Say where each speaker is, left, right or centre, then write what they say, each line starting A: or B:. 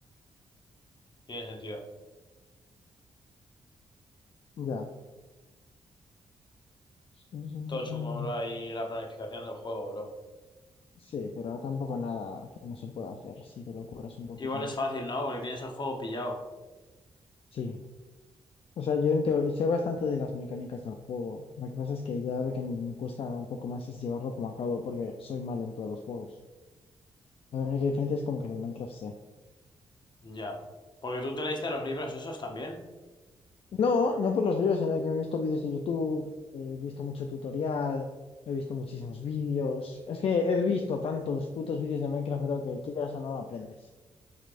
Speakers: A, on the left; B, on the left.
A: Tiene sentido.
B: Ya. Ah,
A: Todo chungo, bro, ahí la planificación del juego, bro.
B: Sí, pero tampoco nada que no se pueda hacer si te lo ocurres un poquitín.
A: Igual es fácil, ¿no? Porque tienes el juego pillado.
B: Sí. O sea, yo en teoría sé bastante de las mecánicas del juego. Lo que pasa es que ya lo que me cuesta un poco más es llevarlo como a cabo porque soy malo en todos los juegos. La única diferencia es como que en el Minecraft sé.
A: Ya. Porque tú te leíste los libros esos también.
B: No, no por los libros, sino que me he visto vídeos de YouTube, he visto mucho tutorial, he visto muchísimos vídeos. Es que he visto tantos putos vídeos de Minecraft, bro, que quieras o no aprendes,